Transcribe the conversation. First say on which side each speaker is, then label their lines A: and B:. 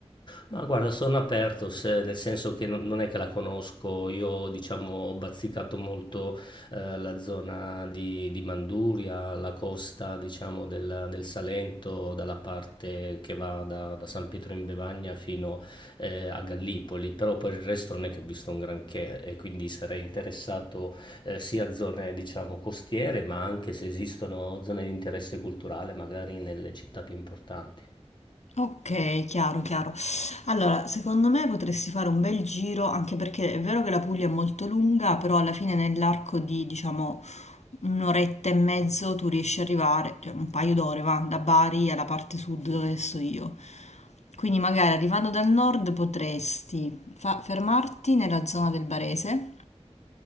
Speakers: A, on the left (about 45°); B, on the left (about 85°).
A: Ma guarda, sono aperto, se- nel senso che non, non è che la conosco, io diciamo ho bazzicato molto eh, la zona di, di Manduria, la costa diciamo del, del Salento, dalla parte che va da, da San Pietro in Bevagna fino eh, a Gallipoli, però per il resto non è che ho visto un granché e quindi sarei interessato eh, sia a zone diciamo costiere, ma anche se esistono zone di interesse culturale magari nelle città più importanti.
B: Ok, chiaro, chiaro. Allora, secondo me potresti fare un bel giro, anche perché è vero che la Puglia è molto lunga, però alla fine nell'arco di, diciamo, un'oretta e mezzo tu riesci ad arrivare, cioè un paio d'ore, va, da Bari alla parte sud dove sto io. Quindi magari arrivando dal nord potresti fa- fermarti nella zona del Barese,